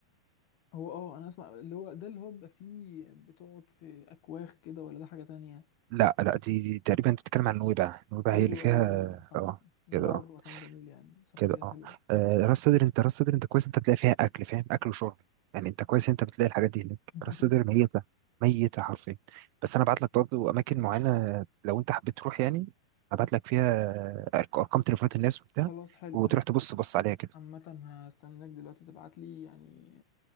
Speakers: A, on the left (about 75°); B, on the right (about 75°).
A: هو اه انا اسمع اللي هو ده اللي هو بيبقى فيه بتقعد في اكواخ كده ولا ده حاجة تانية
B: لا لا دي, دي تقريبا انت بتتكلم عن نويبع نويبع
A: ايوه
B: هي اللي فيها
A: ايوه نويبع صح
B: اه
A: صح نويبع
B: كده اه
A: برضه مكان جميل يعني سفرية
B: كده
A: حلوة
B: اه آه، راس صدر انت راس صدر انت كويس انت بتلاقي فيها اكل فاهم اكل وشرب يعني انت كويس انت بتلاقي الحاجات دي هناك
A: <laughs>
B: راس صدر ميته ميته حرفيا بس انا ابعت لك برضه اماكن معينه لو انت حبيت تروح يعني ابعت لك فيها أرق- ارقام تليفونات الناس وبتاع
A: خلاص حلو
B: وتروح
A: هس
B: تبص بص عليها كده
A: عامة هستناك دلوقتي تبعت لي يعني